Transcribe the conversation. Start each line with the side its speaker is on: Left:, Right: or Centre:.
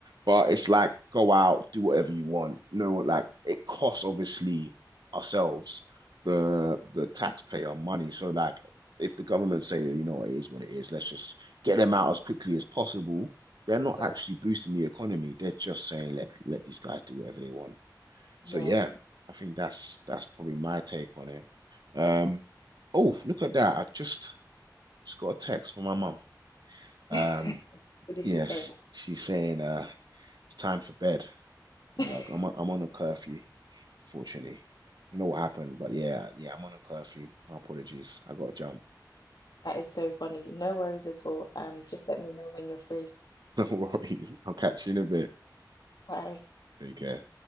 Right: But it's like go out, do whatever you want. No, like it costs obviously ourselves the the taxpayer money. So like if the government say, you know it is what it is, let's just get them out as quickly as possible. They're not
Left: yeah,
Right: actually boosting the economy. They're just saying let let these guys do whatever they want.
Left: yeah.
Right: So yeah, I think that's that's probably my take on it. Um, oh, look at that. I just just got a text from my mum. Um,
Left: <laughs> What did
Right: yes,
Left: she say?
Right: she's saying uh it's time for bed. You
Left: <laughs>
Right: know, I'm on, I'm on a curfew, unfortunately. I don't know what happened, but yeah, yeah, I'm on a curfew. My apologies. I gotta jump. <laughs>
Left: That is so funny. No worries at all. Um, just let me know when you're free.
Right: No worries. I'll catch you in a bit.
Left: Bye.
Right: Take care.